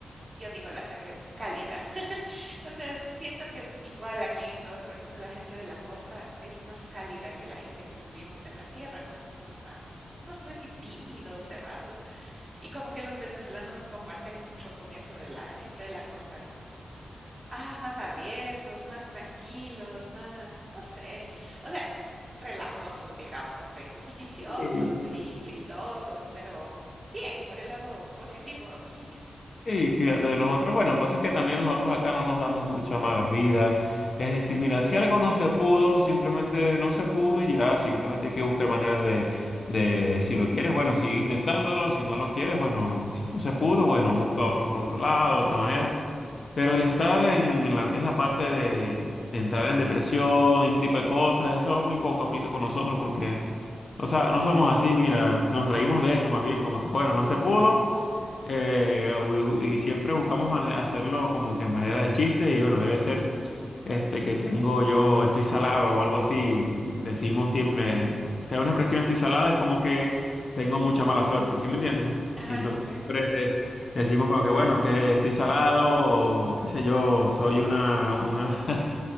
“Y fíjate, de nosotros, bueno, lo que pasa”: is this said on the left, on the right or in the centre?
Left